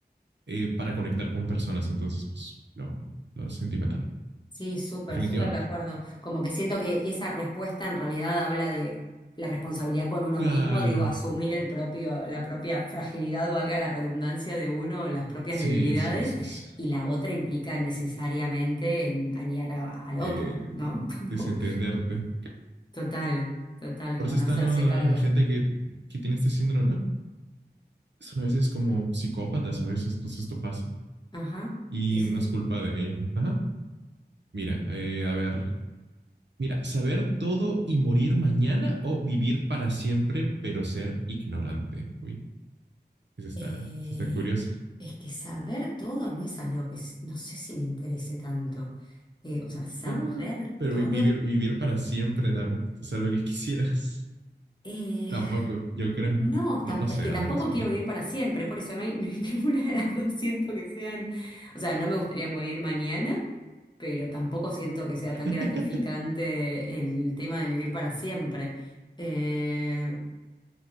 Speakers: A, on the right; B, on the left.
A: eh, para conectar con personas. Entonces, pues lo, lo sentimental.
B: Sí, súper,
A: Definitivamente.
B: súper de acuerdo. Como que siento que esa respuesta en realidad habla de la responsabilidad con uno
A: Claro.
B: mismo, digo, asumir el propio, la propia fragilidad, valga la redundancia de uno, las propias
A: Sí,
B: debilidades,
A: sí, sí. sí.
B: y la otra implica necesariamente en dañar a- al
A: eh,
B: otro, ¿no? <laughs> Como,
A: desentenderte.
B: total, total,
A: Por
B: como
A: eso están
B: no hacerse
A: lo-
B: cargo.
A: la gente que, que tiene este síndrome, ¿no? Son a veces como psicópatas, a veces, entonces esto pasa.
B: Ajá,
A: Y
B: y sí.
A: no es culpa de ella. Ajá. Mira, eh, a ver. Mira, saber todo y morir mañana o vivir para siempre, pero ser ignorante. Uy, esa está,
B: Eh,
A: esa está curiosa.
B: es que saber todo no es algo que s- no sé si me interese tanto. Eh, o sea, saber
A: Ah, pero
B: todo.
A: vi- vivir, vivir para siempre también es algo que <laughs> quisieras.
B: Eh,
A: Tampoco, yo creo.
B: no,
A: No,
B: tam-
A: no sé,
B: es que
A: al
B: tampoco
A: menos yo
B: quiero
A: no.
B: vivir para siempre, por eso no hay, <laughs> ninguna de las dos siento que sean, o sea, no me gustaría morir mañana, pero tampoco siento que sea
A: <laughs>
B: tan gratificante el tema de vivir para siempre. Eh,